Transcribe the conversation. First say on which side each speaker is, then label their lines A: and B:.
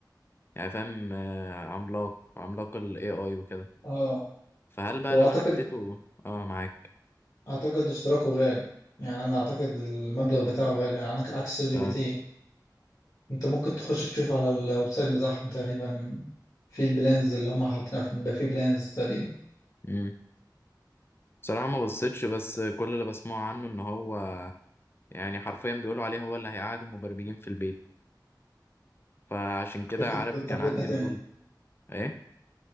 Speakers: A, on the left; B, on the left.
A: يعني فاهم آه، عملاق عملاق ال AI وكده
B: اه
A: فهل بقى
B: واعتقد
A: لو انا اديته اه معاك
B: اعتقد اشتراكه غالي يعني انا اعتقد المبلغ بتاعه غالي يعني عك- عكس شات جي
A: اه
B: بي تي انت ممكن تخش تشوف على الويب سايت بتاعهم تقريبا في البلانز اللي هم حاطينها في- بيبقى في بلانز تقريبا
A: امم بصراحة ما بصيتش بس كل اللي بسمعه عنه ان هو يعني حرفيا بيقولوا عليه هو اللي هيقعد المبرمجين في البيت فعشان كده
B: انت كده
A: عارف
B: بتحبطني
A: كان عندي
B: تاني
A: فضول ايه